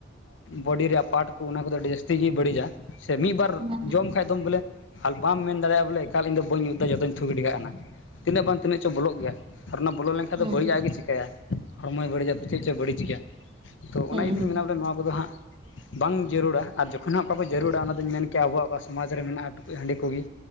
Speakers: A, on the left; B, on the right.
A: ᱵᱚᱰᱤ ᱨᱮᱭᱟᱜ ᱯᱟᱨᱴ ᱠᱚ ᱚᱱᱟ ᱠᱚᱫᱚ ᱟᱹᱰᱤ ᱡᱟᱹᱥᱛᱤ ᱜᱮ ᱵᱟᱹᱲᱤᱡᱟ ᱥᱮ ᱢᱤᱫᱵᱟᱨ
B: ᱦᱩᱸ ᱦᱩᱸ
A: ᱡᱚᱢ ᱠᱷᱟᱭᱜ ᱫᱚ ᱵᱚᱞᱮ ᱟᱨ ᱵᱟᱢ ᱢᱮᱱᱟᱲᱮᱭᱟᱜ ᱵᱚᱞᱮ ᱮᱠᱟᱞ ᱤᱧᱫᱚ ᱵᱟᱹᱧ ᱩᱛ ᱮᱫᱟ ᱡᱚᱛᱚᱧ ᱛᱷᱩ ᱜᱤᱰᱤ ᱠᱟᱜ ᱠᱟᱱᱟ ᱛᱤᱱᱟᱹᱜ ᱵᱟᱝᱟᱱ ᱛᱤᱱᱟᱹᱜ ᱪᱚ ᱵᱚᱞᱚᱜᱮᱭᱟ ᱟᱨ ᱚᱱᱟ ᱵᱚᱞᱚ ᱞᱮᱠᱷᱟᱱ ᱟᱫᱚ
B: ᱦᱩᱸ
A: ᱵᱟᱹᱲᱤᱡᱟᱜ ᱜᱮ ᱪᱮᱠᱟᱭᱟ ᱦᱚᱲᱢᱚᱭ ᱵᱟᱹᱲᱤᱡᱟᱜᱼᱟ ᱯᱟᱪᱮᱫ ᱪᱚ ᱵᱟᱹᱲᱤᱡ ᱜᱮᱭᱟ ᱛᱚ ᱚᱱᱟ
B: ᱦᱩᱸ
A: ᱤᱭᱟᱹᱛᱮᱧ
B: ᱦᱩᱸ
A: ᱢᱮᱱᱟ ᱱᱚᱣᱟ ᱠᱚᱫᱚ ᱦᱟᱸᱜ ᱵᱟᱝ ᱡᱟᱹᱨᱩᱲᱟ ᱟᱨ ᱡᱚᱠᱷᱚᱱ ᱦᱟᱸᱜ ᱚᱠᱟ ᱠᱚ ᱡᱟᱹᱨᱩᱲᱟ ᱚᱱᱟ ᱫᱚᱧ ᱢᱮᱱ ᱠᱮᱭᱟ ᱟᱵᱚᱣᱟᱜ ᱚᱠᱟ ᱥᱚᱢᱟᱡᱽ ᱨᱮ ᱢᱮᱱᱟᱜᱼᱟ ᱴᱩᱠᱩᱡ ᱦᱟᱺᱰᱤ ᱠᱚᱜᱤ